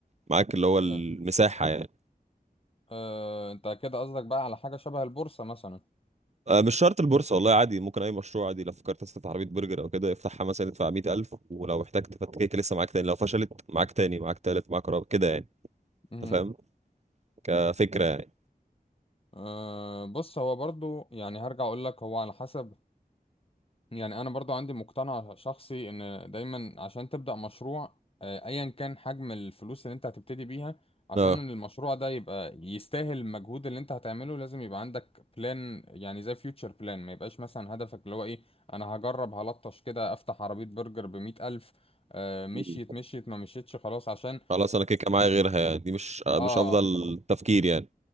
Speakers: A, on the right; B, on the left.
A: معاك اللي هو المساحة
B: إيه.
A: يعني
B: آه، انت كده قصدك بقى على حاجة شبه البورصة مثلا
A: آه، مش شرط البورصة والله عادي ممكن أي مشروع عادي لو فكرت تفتح عربية برجر أو كده افتحها مثلا ادفع 100000 ولو احتجت تفكك لسه معاك تاني لو فشلت معاك تاني معاك تالت معاك رابع كده يعني
B: مهم.
A: أنت فاهم كفكرة يعني
B: آه، بص هو برضو يعني هرجع اقول لك هو على حسب يعني انا برضو عندي مقتنع شخصي ان دايما عشان تبدأ مشروع آه، ايا كان حجم الفلوس اللي انت هتبتدي بيها عشان
A: اه
B: المشروع ده يبقى يستاهل المجهود اللي انت هتعمله لازم يبقى عندك بلان يعني زي فيوتشر بلان ما يبقاش مثلا هدفك اللي هو ايه انا هجرب هلطش كده افتح عربية برجر بمئة الف آه، مشيت
A: مم.
B: مشيت ما مشيتش خلاص عشان
A: خلاص أنا كده كده معايا غيرها يعني دي مش آه،
B: اه
A: مش أفضل تفكير يعني